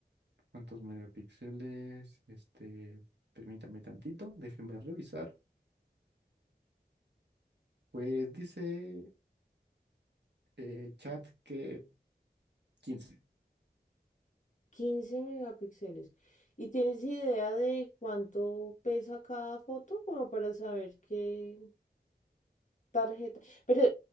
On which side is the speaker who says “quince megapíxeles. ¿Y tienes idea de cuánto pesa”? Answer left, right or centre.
Left